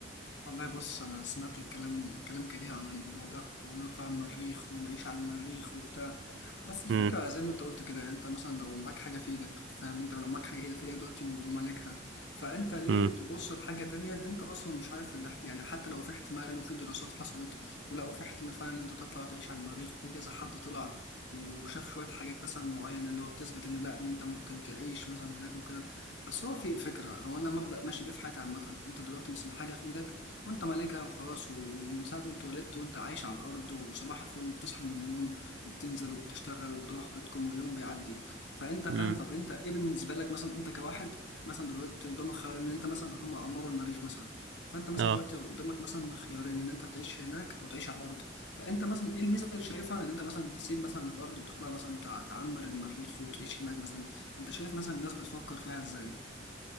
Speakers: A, on the left (about 65°); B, on the right (about 75°).
A: والله بص أنا سمعت الكلام كلام كتير عن الموضوع ده ونطلع المريخ ونعيش على المريخ وبتاع بس الفكرة
B: امم
A: زي ما أنت قلت كده أنت مثلا لو معاك حاجة في إيدك فاهم أنت لو معاك حاجة إيدك في إيدك دلوقتي ومالكها فأنت ليه
B: امم
A: تبص لحاجة تانية أنت أصلا مش عارف اللي احت- يعني حتى لو في احتمال وفي دراسات حصلت ولقوا في احتمال فعلا إن أنت تطلع تعيش على المريخ وفي كذا حد طلع وشاف شوية حاجات مثلا معينة اللي هو بتثبت إن لأ إن أنت ممكن تعيش مثلا هناك وكده بس هو في فكرة هو أنا مبدأ ماشي بيه في حياتي عامة أنت دلوقتي مثلا حاجة في إيدك وانت مالكها وخلاص ومن ساعة ما اتولدت وانت عايش على الأرض وصباح الفل وبتصحى من النوم وبتنزل وبتشتغل وبتروح بيتكم واليوم بيعدي فانت فاهم
B: امم
A: طب انت ايه بالنسبة لك مثلا انت كواحد مثلا دلوقتي قدامك خيار ان انت مثلا هم عمروا المريخ مثلا فانت مثلا
B: اه
A: دلوقتي قدامك مثلا خيارين ان انت تعيش هناك او تعيش على الأرض فانت مثلا ايه الميزة اللي شايفها ان انت مثلا تسيب مثلا الأرض وتطلع مثلا تع- تعمر المريخ وتعيش هناك مثلا انت شايف مثلا الناس بتفكر فيها ازاي؟